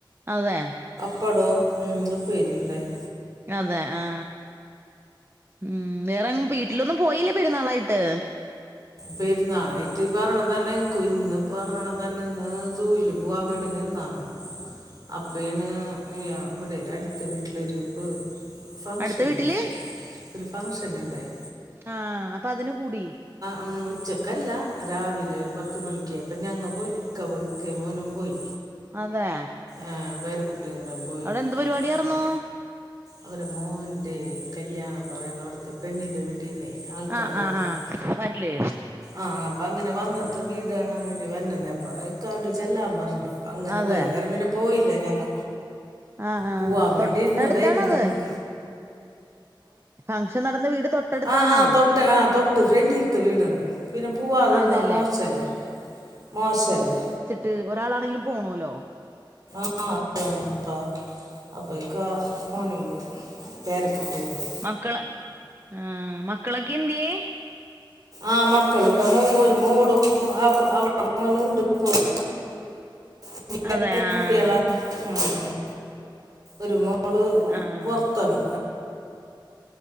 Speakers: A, on the right (about 30°); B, on the right (about 50°).
A: അതെ
B: പടവും പേജുണ്ടായി
A: അതെ ആ ഉം വേറെങ്ങും വീട്ടിലൊന്നും പോയില്ലേ പെരുന്നാളായിട്ട്
B: പെരുന്നാളായിട്ട് പറഞ്ഞണ തന്നെ ഇന്ന് പറഞ്ഞണ തന്നെ ഇന്ന് സൂയിലും പോവാൻ വേണ്ടി നിന്നാണ്. അപ്പേണ് ഇവിടെ അടുത്ത വീട്ടിലൊരു ഇപ്. ഫങ്ഷൻ
A: അടുത്ത വീട്ടില്
B: ഇണ്ടായി. ഒരു ഫങ്ഷൻ ഇണ്ടായി.
A: ആഹ് അപ്പതിന് കൂടി.
B: ഉം ഉച്ചക്കല്ല. രാവിലെ ഒരു പത്ത് മണിക്ക് അപ്പം ഞങ്ങൾ പോയി. ഇക്ക പോ. ഇക്ക മോനും പോയി.
A: അതെ
B: ആഹ് വറെ കുട്ടിവങ്ങള <unintelligible> പോയി
A: അവിടെ എന്ത്
B: പോന്നു.
A: പരിപാടിയാർന്നു
B: ആഹ് അവര്ടെ മോൻ്റെ കല്യാണം പറയണൊട്ത്ത്. പെണ്ണിന്റെ വീട്ടീന്നെ ആൾക്കാര്
A: ആഹ് ആഹ്
B: വരുന്നു.
A: ആഹ് വരില്ലേ
B: ആഹ് അപ്പൊ അങ്ങനെ വന്നിട്ട് വീട് കാണാൻ വേണ്ടി വര്ന്ന്ന്നെ. അപ്പൊ അയ്കാണ്ട് ച്ചെല്ലാം പറ്ഞ്ഞു. അപ്പ അങ്ങനെ
A: അതെ
B: പോയി. ഏതായാലും പിന്നെ പോയില്ല ഞങ്ങ
A: ആഹ് ആഹ്.
B: പോവാൻ വേണ്ടി
A: തൊട്ടടുത്താണൊ
B: ഇരുന്നതായിരുന്നു
A: അത്.
B: ഇന്ന്
A: ഫംഗഷൻ നടന്ന വീട്. തൊട്ടടുത്താണോ
B: ആഹ് ആഹ് തൊട്ട്. ആഹ് തൊട്ട് ഫ്രണ്ട്ൽത്ത വീടാണ്. പിന്നെ പൂവാതെ
A: അതെല്ലേ
B: ഇരിന്നാ മോശല്ലെ. മോശല്ലെ.
A: ഇത് ഒരാളാണെങ്കിലും പോണോലൊ.
B: ആഹ് അത് തന്നെ അപ്പ അപേയ്ക്ക മോനും
A: ഉം
B: പോയി. പേര കുട്ടികള്.
A: മക്കള് ആ മക്കളൊക്കെ എന്ത്യേ.
B: ആ മക്കളിവിടെ മോ ഒരു മോളും അവള്ടെ മോനുണ്ട് ഇപ ഇവടെ. നിങ്ങ <unintelligible>
A: അതെ
B: എത്ര
A: ആഹ്
B: കുട്ടികളാ ഉം ഒരു മോള്
A: ആഹ്
B: പൊറ്ത്താണ്.